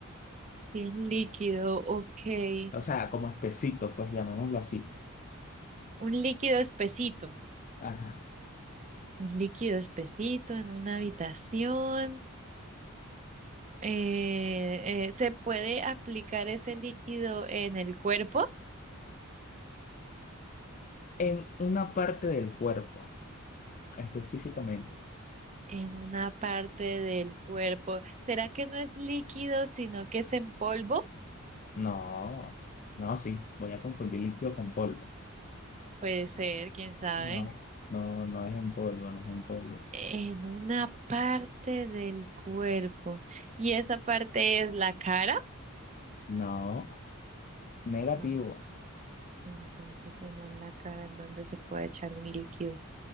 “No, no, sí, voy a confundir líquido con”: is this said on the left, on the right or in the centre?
Left